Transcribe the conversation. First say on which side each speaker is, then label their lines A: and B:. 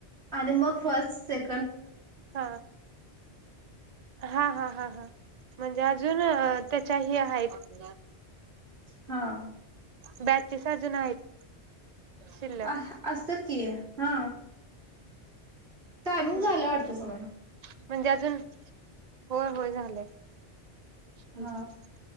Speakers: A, on the right; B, on the right.
A: आणि मग फर्स्ट सेक
B: हा हा हा हा हा म्हणजे अजून त्यांच्या हे आहेत
A: हा
B: बेंचस अजून आहेत शिल्लक
A: अ असतात की हा टायमिंग
B: हम्
A: झालं
B: हम्
A: वाटतं
B: हम्
A: समय
B: म्हणजे अजून होय होय झालंय हच्
A: हा